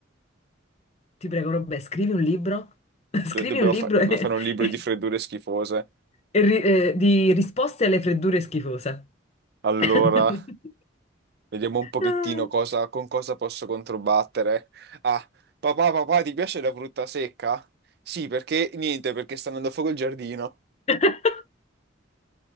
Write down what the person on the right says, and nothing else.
Do-
Dobbiamo,
fa- dobbiamo
fare un libro
di freddure schifose.
Allora,
vediamo un pochettino
cosa- con cosa posso controbattere. Ah, papà, papà, ti piace la frutta secca? Sì, perché niente, perché sta andando a fuoco il giardino.